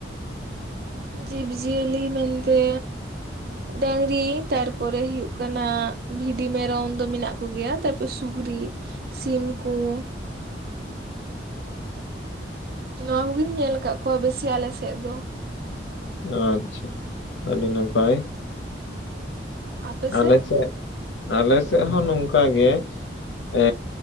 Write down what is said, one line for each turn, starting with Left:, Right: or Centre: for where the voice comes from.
Right: ᱡᱤᱵᱽ ᱡᱤᱭᱟᱹᱞᱤ ᱢᱮᱱᱛᱮ ᱰᱟᱝᱨᱤ ᱛᱟᱨᱯᱚᱨᱮ ᱦᱩᱭᱩᱜ ᱠᱟᱱᱟ ᱵᱷᱤᱰᱤ ᱢᱮᱨᱚᱢ ᱫᱚ ᱢᱮᱱᱟᱜ ᱠᱩ ᱜᱮᱭᱟ ᱛᱟᱯᱚ ᱥᱩᱠᱨᱤ ᱥᱤᱢ ᱠᱳ ᱾ ᱱᱚᱣᱟ ᱠᱩᱜᱤᱧ ᱧᱮᱞ ᱠᱟᱜ ᱠᱚᱣᱟ ᱵᱮᱥᱤ ᱟᱞᱮ ᱥᱮᱜ ᱫᱚ ᱾
Left: ᱟᱪᱪᱷᱟ, ᱟᱹᱰᱤ ᱱᱟᱯᱟᱭ ᱾
Right: ᱟᱯᱮ
Left: ᱟᱞᱮ
Right: ᱥᱮᱫ
Left: ᱥᱮᱜ ᱟᱞᱮ ᱥᱮᱜ ᱦᱚᱸ ᱱᱚᱝᱠᱟ ᱜᱮ ᱾ ᱮᱻ